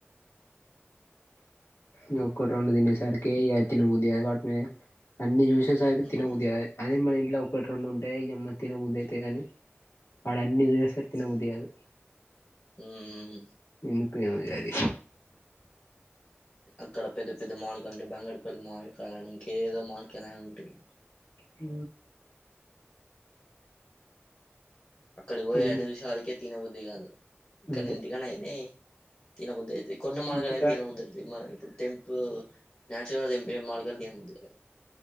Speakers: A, on the left; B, on the left.
A: నక్కట్ ఉం దిన సార్కి త ను ఉ వాటి మీద అన్ని చూసేసరికి
B: మ్మ్
A: తినదు అ మన ఇంట్లో ఒకటి రెండు ఉంటాయి ఎ తినబది అయితే కానీ వాడ అన్ని చూస్తారు తినబది కాదు
B: ము
A: ఎందుకేది
B: అక్కడ పెద్ద పెద్ద మామిడికాయలు ఉంటాయి బంగడిపల్లి మామిడికాయలు ఇంక ఏదో మాలి కాయలు ఉంటాయి
A: హ
B: అక్కడి పోయ
A: ఇది
B: అ నిమిషాలికే తినవద్ది కాదు ఇక్కడ
A: అంతే
B: ఇంటికని అదే తినబద్దు కొన్న మాార్కలుతే
A: ఇంటికాడ
B: తినబద్దు మ ఇప్పుడు టంపు నేచురల్గా తెంప మార్కలు అ